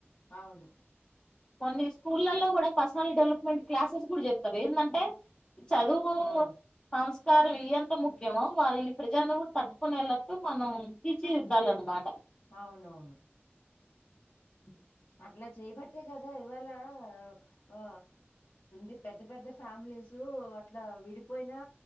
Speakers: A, on the left; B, on the left.
A: అవును
B: కొన్ని స్కూళ్లలో కూడా పర్సనల్ డెవలప్మెంట్ క్లాసెస్ కూడా చెప్తారు ఏంటంటే చదువు
A: ఆ!
B: సంస్ సంకారం ఇ ఎంత ముఖ్యమో వాళ్ళని ప్రజలను కూడా తట్టుకునేలట్టు మనం తీర్చిదిద్దాలన్నమాట
A: అవునవును
B: మ్మ్
A: అట్లా చేయబట్టే కదా ఇవాళ ఆ ఇ పెద్ద పెద్ద ఫ్యామిలీస్ అట్లా విడిపోయినా